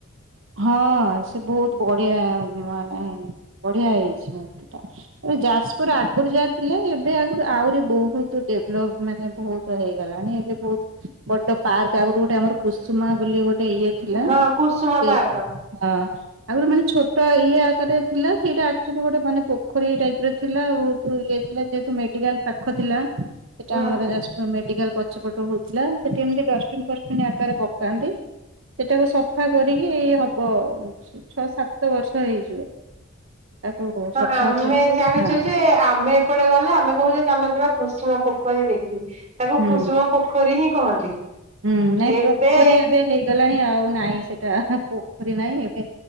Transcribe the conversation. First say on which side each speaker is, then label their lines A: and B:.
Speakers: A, on the right; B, on the right.
A: ହଁ। ସେ ବହୁତ ବଢିଆ ମାନେ ବଢିଆ ହେଇଛି ମୂର୍ତ୍ତି ଟା ଯାଜପୁର ଆଗରୁ ଯା ଥିଲା ଏବେ ଆଗରୁ ଆହୁରି ବହୁତ ଡେଭଳ୍ପ ମାନେ ବହୁତ ହେଇଗଲାଣି ଏବେ ବହୁତ ବଡ଼ ପାର୍କ ଆଗରୁ ଗୋଟେ ଆମର କୁୁସୁମା ବୋଲି ଗୋଟେ ଇଏ ଥିଲା
B: ହଁ କୁସୁମା
A: ସେ
B: ପାର୍କ
A: ହଁ ଆଗରୁ ମାନେ ଛୋଟ ଇଏ ଆକାରେ ଥିଲା ସେଇଟା ଆକଚୁଆଲି ଗୋଟେ ମାନେ ପୋଖରୀ ଟାଇପ ର ଥିଲା ବହୁତ ଇଏ ଥିଲା ଯେହେତୁ ମେଡିକାଲ ପାଖ ଥିଲା ସେଟା
B: ହୁଁ
A: ଆମ ଯାଜପୁର ମେଡିକାଲ ପଛପଟୁ ହଉଥିଲା ସେଠି ଏମିତି ଡଷ୍ଟପିନ ଫଷ୍ଟପିନ ଆକାରରେ ପ କାନ୍ତି ସେଟାକୁ ସଫା କରିକି ହବ ଛଅ ସାତ ସାତ ବର୍ଷ ହେଇଯିବ। ତାକୁ
B: ହଁ
A: ସଫା
B: ଆମେ
A: କରିକି
B: ଜାଣିଚୁ
A: ହଁ
B: ଯେ ଆମେ ଏପଟେ ଗଲେ ଆମେ କହୁଚେ ଚାଲଯିବା କୁସୁମ ପୋକ ଖରୀ ଦେଖି ତାକୁ
A: ହୁଁ
B: କୁସୁମ ପୋଖରୀ ହିଁ କହନ୍ତି।
A: ହୁଁ ନାଇଁ
B: ଏବେ
A: ପୋଖରୀ ଏବେ ହେଇଗଲାଣି ଆଉ ନାଇଁ ସେଟା ପୋଖରୀ ନାହିଁ ଏବେ